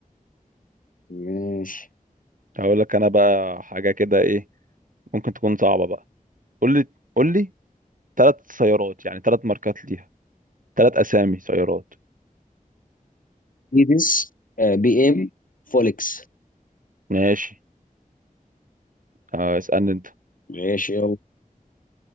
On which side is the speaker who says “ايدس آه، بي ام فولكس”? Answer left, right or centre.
Left